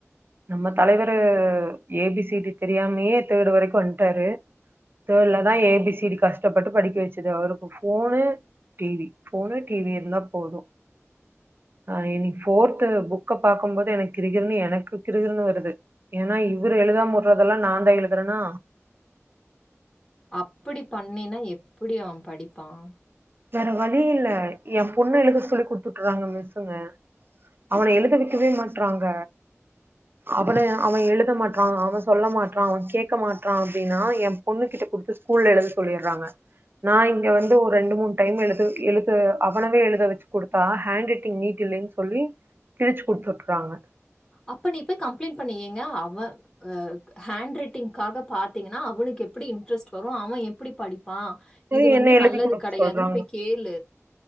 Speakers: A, on the right (about 45°); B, on the left (about 15°).
A: நம்ம தலைவரு ஏ பி சி டி தெரியாமே தேடு வரைக்கும் வந்துட்டாரு தேடுலதான் ஏ பி சி க் கஷ்டப்பட்டு படிக்க வச்சது அவருகூ போனு டிவி போனு டிவி இருந்தா போதும் ஆஹ் இனி போர்து புக்க பார்கக்கும்போது எனக்கு கிருகிருன்னு எனக்கு கிருகிருன்னு வருது ஏன்னா இவரு எழுதாம உடுறதெல்லாம் நான் தான் எழுதுறேனா
B: அப்டி பண்ணேனா எப்டி அவன் படிப்பான்
A: வேற வழி இல்ல என் பொண்ணு எழுத சொல்லி குடுத்துட்டுறாங்க மிஸ்ங்க அவனை எழுதவக்கவே மாட்டறாங்க அவனை அவன் எழுத மாட்டறான் அவன் சொல்ல மாட்டறான் அவன் கேடக்க மாட்டறான் அப்டின்னா என் பொண்ணு கிட்ட குடுத்து ஸ்கூல்ல எழுத சொல்லிடுறாங்க நான எழு இங்க வந்து ஒரு ரெண்டு மூணு டைம் எழுது எழுது அவனவே எழுத வச்சு கொடுத்தா ஹேண்ட் ரைட்டிங் நீட் இல்லைன்னு சொல்லி கிழச்சு கொடுத்துவிட்டுறாங்க
B: அப்ப நீய் போய் கம்ப்ளைண்ட் பண்ணு எங்க அவன் ஹண்ட் ரைட்டிங்காக பாத்தீங்கன்னா அவனுக்கு எப்படி இன்ட்ரெஸ்ட் வரும் அவன் எப்படி படிப்பு ஆ
A: சரி
B: இது வந்து
A: என்ன எழுதி
B: நல்லது
A: குடுக்க
B: கெடையாதுன்னு
A: சொல்றாங்க
B: போய் கேளு